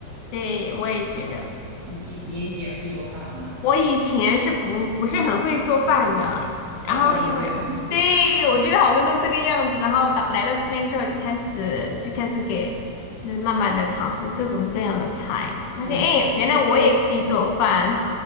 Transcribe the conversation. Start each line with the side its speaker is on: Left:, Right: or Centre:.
Left: 对，我也觉得。
Right: 你你你也会做饭吗？
Left: 我以前是不不是很会做饭的，然后因为对我觉得好多都这个样子，
Right: 大家都这样。<laughs>
Left: 然后到来到这边之后就开始就开始给就是慢慢的尝试各种各样的菜，发现哎原来我也可以做饭，
Right: 对，